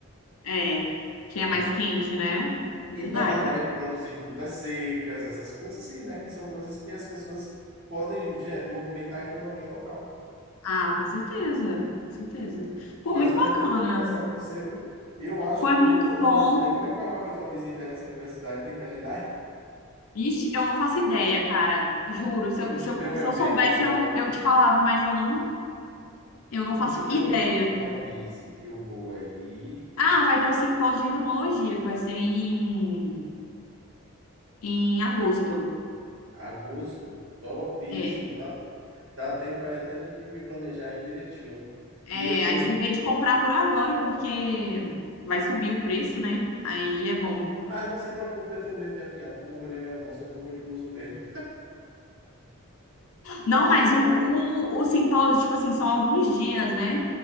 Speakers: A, on the left; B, on the right.
A: É, que
B: né?
A: é mais quente, né? Verdade.
B: E dá pra- daria para produzir frutas secas, essas coisas assim, né? Que são coisas que as pessoas podem ge- movimentar a economia local.
A: Ah, com certeza, com certeza. Pô,
B: Mas
A: muito
B: foi
A: bacana.
B: muito bom conversar com você, viu? Eu acho
A: Foi
B: que eu
A: muito
B: vou fazer
A: bom.
B: uma visita aí. Como é que vai para fazer uma visita aí nessa universidade? Tem que agendar?
A: Ixi, eu não faço ideia, cara. Juro.
B: <laughs>
A: Se
B: Quando
A: eu, se
B: tiver
A: eu,
B: um
A: se
B: evento
A: eu soubesse,
B: bom,
A: eu, eu te falava, mas eu não, eu não
B: quando
A: faço
B: tiver
A: ideia.
B: um evento bom, avise que eu vou aí
A: Ah, vai ter o simpósio de entomologia, que vai ser em, em agosto.
B: Agosto, topíssimo.
A: É,
B: Dá, dá tempo aí até de, de me planejar aí direitinho. E
A: é,
B: eu tenho.
A: aí você
B: um-
A: vê
B: um-
A: de comprar por agora, porque vai subir o preço, né? Aí é bom.
B: Mas não se preocupe, eu tenho medo de avião. Não vou de avião, não. Se eu for, vou de buzu mesmo.
A: Não,
B: Ah,
A: mas o, o, o simpósio, tipo assim, são alguns dias, né?